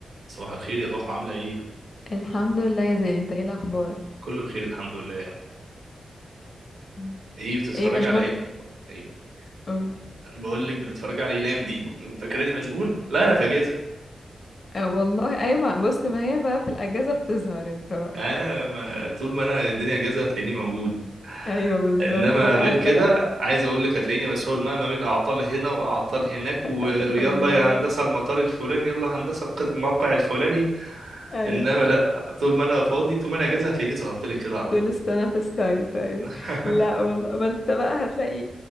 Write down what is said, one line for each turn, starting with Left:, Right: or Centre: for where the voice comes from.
Right: صباح الخير يا ضحى عاملة ايه؟
Left: الحمد لله يا زين انت ايه الاخبار
Right: كله بخير الحمد لله
Left: الحمد
Right: ايه بتتفرجي
Left: ايه مشغول
Right: على ايه؟
Left: في...
Right: ايه
Left: قولي
Right: بقول لك بتتفرجي على ايه الايام دي؟ <laughs> فاكراني مشغول؟ لا انا في اجازة
Left: اه والله ايوه ما بص ما هي بقى في الاجازه بتظهر انت بقى
Right: انا ما طول ما انا الدنيا اجازة هتلاقيني موجود
Left: <laughs> ايوه بالظبط
Right: انما
Left: لا
Right: غير
Left: هتلاقي
Right: كده
Left: <laughs>
Right: عايز اقول لك هتلاقيني مسحول ما ما بين اعطال هنا واعطال هناك ويلا
Left: ايوه بالظبط
Right: يا هندسة المطار الفلاني يلا هندسة القط- الموقع الفلاني
Left: ايوه
Right: انما لا طول ما انا فاضي طول ما انا اجازة هتلاقيني ظهرت لك كده على
Left: طول
Right: طول
Left: السنه في السايت ايوه
Right: <laughs>
Left: لا والله ما انت بقى هتلاقي